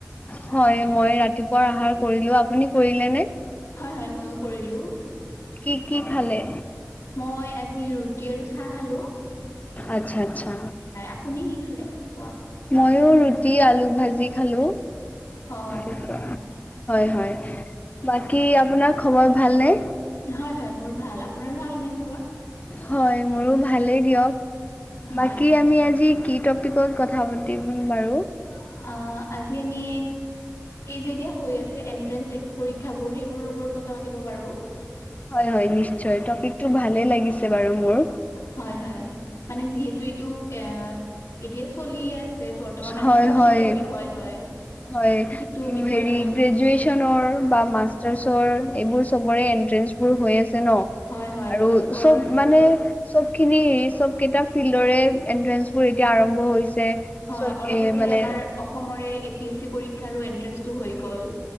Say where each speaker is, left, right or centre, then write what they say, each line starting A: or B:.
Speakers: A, on the left (about 30°); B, on the left (about 85°).
A: হয় মই ৰাতিপুৱাৰ আহাৰ কৰিলো আপুনি কৰিলে নে?
B: হয় হয় মইো কৰিলোঁ।
A: কি কি খালে?
B: মই আজি ৰুটি আৰু চাহ খালোঁ।
A: আচ্ছা আচ্ছা।
B: আপুনি কি খালে পুৱা
A: ময়ও ৰুটি আলু ভাজি খালো।
B: অ আচ্ছা
A: হয়
B: আচ্ছা
A: হয় বাকী আপোনাৰ খবৰ ভালনে?
B: হয় হয় মোৰ ভাল। আপোনাৰ ভাল নে খবৰ?
A: হয় মোৰো ভালেই দিয়ক।
B: হয়
A: বাকী আমি আজি কি টপিকত কথা পাতিম বাৰু?
B: অ' আজি আমি এই যে এতিয়া হৈ আছে এনট্ৰেন্স পৰীক্ষাবোৰ সেইবোৰৰ ওপৰত কথা পাতি পাৰোঁ।
A: হয় হয় নিশ্চয়। টপিকটো ভালে লাগিছে বাৰু মোৰ।
B: হয় হয়, মানে যিহেতু এইটো এ, এতিয়া চলিয়ে আছে। বৰ্তমান এইটা
A: হয়
B: চৰ্চিত
A: হয়
B: বিষয় হয়।
A: হয় উম,
B: সেইটো বিষয়ত
A: হেৰি
B: আমি
A: গ্ৰেজুয়েচন
B: নি
A: টচনৰ বা মাষ্টাৰ্চৰ এইবোৰ চবৰে এনট্ৰেঞ্চবোৰ হৈ আছে ন'।
B: হয় হয়
A: আৰু
B: ওপৰত
A: চব মানে চবখিনি হেৰি চবকেইটা ফিল্ডৰে এনট্ৰেন্ঞ্চবোৰ এতিয়া আৰম্ভ হৈছে।
B: হয়,
A: চব
B: অলপতে
A: এ মানে
B: আমাৰ অসমৰে এ পি এছ চি পৰীক্ষাৰো এণ্ট্ৰেঞ্চটো হৈ গ'ল।